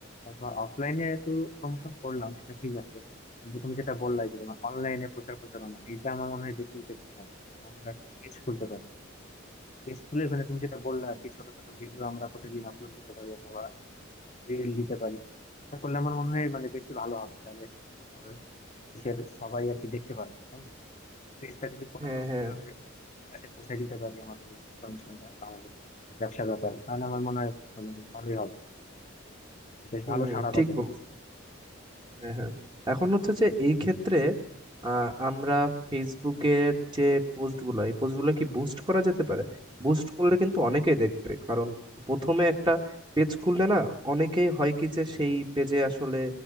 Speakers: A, on the left; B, on the right.
A: তোমার অফলাইনে তো প্রমোশন করলাম সেটা ঠিক আছে কিন্তু তুমি যেটা বললে যে তোমার অনলাইনে প্রচার প্রচারণা এটা আমার মনে হয় বেশি ইফেক্টিভ হবে আমরা একটা পেজ খুলতে পারি পেজ খুলে ওখানে তুমি যেটা বললে আর কি ছোট ছোট ভিডিও আমরা প্রতিদিন আপলোড দিতে পারি অথবা রিল দিতে পারি এটা করলে আমার মনে হয় মানে বেশি ভালো হবে তাহলে আহ, দেশের সবাই আর কি দেখতে পারবে তাই না? পেজটা যদি কোনো
B: হ্যাঁ
A: রকম
B: হ্যাঁ
A: ভাবে সবার কাছে পৌঁছে দিতে পারি আমাদের এই ইনফরমেশনটা আমাদের ব্যবসা ব্যাপার তাহলে আমার মনে হয় মানে বেশ ভালোই হবে বেশ
B: হুম
A: ভালো সাড়া
B: ঠিক
A: পাবে
B: বল হ্যাঁ হ্যাঁ এখন হচ্ছে যে এই ক্ষেত্রে আহ, আমরা ফেসবুকের যে পোস্টগুলো এই পোস্টগুলো কি বুস্ট করা যেতে পারে বুস্ট করলে কিন্তু অনেকেই দেখবে কারণ প্রথমে একটা পেজ খুললে না অনেকেই হয় কি যে সেই পেজে আসলে